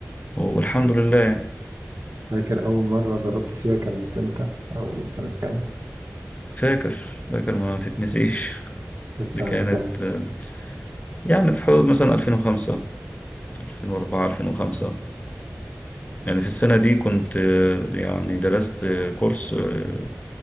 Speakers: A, on the left (about 30°); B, on the right (about 70°).
A: والحمد لله يعني
B: فاكر اول مرة دربت فيها كانت امتى او سنة كام
A: فاكر فاكر ما تتنسيش
B: كانت سنة
A: دي كانت
B: كام؟
A: آه، يعني في حدود مثلا 2005 2004 2005 يعني في السنة دي كنت آه، يعني درست آه، كورس آه،